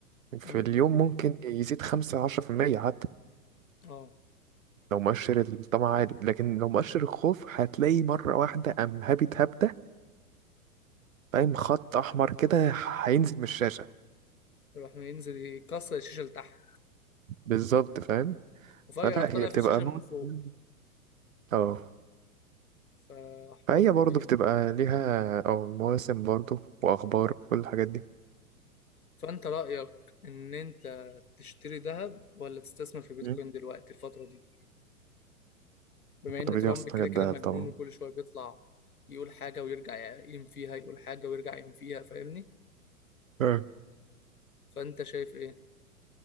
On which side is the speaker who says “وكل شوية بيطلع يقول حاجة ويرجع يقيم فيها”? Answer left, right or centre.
Left